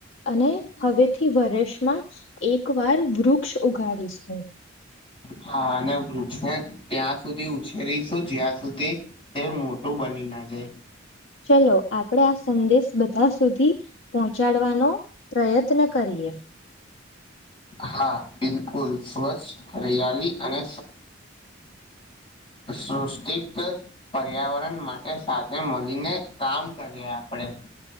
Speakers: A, on the left; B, on the left.
A: અને હવેથી વર્ષમાં એક વાર વૃક્ષ ઉગાડીશ હું.
B: હા અને વૃક્ષે ત્યાં સુધી ઉછેરી શું જ્યાં સુધી તે મોટું બની ના જાય.
A: ચલો આપડે આ સંદેશ બધા સુધી પહોંચાડવાનો પ્રયત્ન કરીએ. <inaudible>
B: હા બિલકુલ સ્વચ્છ હરીયાલી અને સૃષ્ટિક પર્યાવ માટે સાથે મલીને કામ કરીએ આપડે.